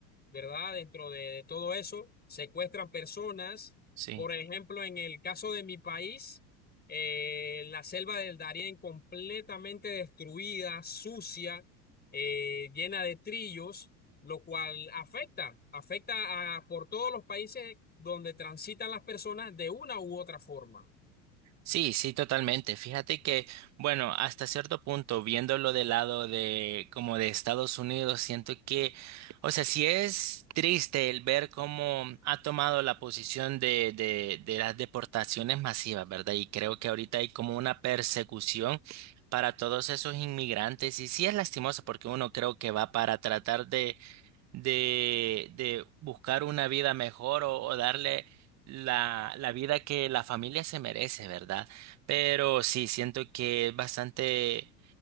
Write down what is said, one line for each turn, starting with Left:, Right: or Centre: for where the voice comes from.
Left: ¿verdad? Dentro de, de todo eso, secuestran personas.
Right: Sí.
Left: Por ejemplo, en el caso de mi país, eh, la selva del Darién completamente destruida, sucia, eh, llena de trillos, lo cual afecta, afecta a, por todos los países donde transitan las personas de una u otra forma.
Right: Sí, sí, totalmente. Fíjate que, bueno, hasta cierto punto, viéndolo del lado de como de Estados Unidos, siento que, o sea, sí es triste el ver cómo ha tomado la posición de, de, de las deportaciones masivas, ¿verdad? Y creo que ahorita hay como una persecución para todos esos inmigrantes y sí es lastimoso porque uno creo que va para tratar de, de buscar una vida mejor o, o darle la, la vida que la familia se merece, ¿verdad? Pero sí, siento que es bastante,